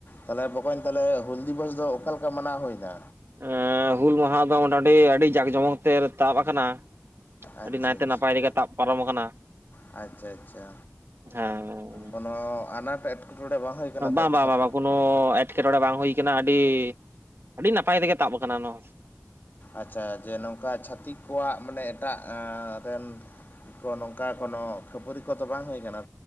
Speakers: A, on the left; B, on the right.
A: ᱛᱟᱦᱚᱞᱮ ᱵᱚᱠᱚᱧ ᱛᱟᱦᱚᱞᱮ ᱦᱩᱞ ᱫᱤᱵᱚᱥ ᱫᱚ ᱚᱠᱟ ᱞᱮᱠᱟ ᱢᱟᱱᱟᱣ ᱦᱩᱭ ᱱᱟ?
B: ᱮ ᱦᱩᱞ ᱢᱟᱦᱟ ᱫᱚ ᱢᱚᱴᱟ ᱢᱚᱴᱤ ᱟᱹᱰᱤ ᱡᱟᱸᱠ ᱡᱚᱢᱚᱠ ᱛᱮ ᱛᱟᱵ ᱟᱠᱟᱱᱟ᱾
A: ᱟᱪᱪᱷᱟ
B: ᱟᱹᱰᱤ ᱱᱟᱭᱛᱮ
A: ᱟᱪᱪᱷᱟ
B: ᱱᱟᱯᱟᱭ ᱨᱮᱜᱮ ᱛᱟᱵ ᱯᱟᱨᱚᱢ ᱟᱠᱟᱱᱟ᱾
A: ᱟᱪᱪᱷᱟ ᱟᱪᱪᱷᱟ
B: ᱦᱮᱸ
A: ᱠᱚᱱᱚ ᱟᱱᱟᱴ ᱮᱴᱠᱮᱴᱚᱬᱮ ᱦᱩᱭ ᱠᱟᱱᱟ
B: ᱵᱟᱝ
A: ᱛᱚ
B: ᱵᱟᱝ ᱵᱟᱝ
A: ᱪᱷᱟᱛ
B: ᱵᱟᱝ ᱠᱚᱱᱚ ᱮᱴᱠᱮᱴᱚᱬᱮ ᱵᱟᱝ ᱦᱩᱭ ᱠᱟᱱᱟ ᱟᱹᱰᱤ ᱟᱹᱰᱤ ᱱᱟᱯᱟᱭ ᱛᱮᱜᱮ ᱛᱟᱵ ᱟᱠᱟᱱᱟ ᱱᱚᱣᱟ
A: ᱟᱪᱪᱷᱟ ᱡᱮ ᱱᱚᱝᱠᱟ ᱪᱷᱷᱟᱛᱤᱠ ᱠᱚᱣᱟᱜ ᱢᱟᱱᱮ ᱮᱴᱟᱜ ᱨᱮᱱ ᱠᱚ ᱱᱚᱝᱠᱟ ᱠᱳᱱᱳ ᱠᱷᱟᱹᱯᱟᱹᱨᱤ ᱠᱚᱫᱚ ᱵᱟᱝ ᱦᱩᱭ ᱟᱠᱟᱱᱟ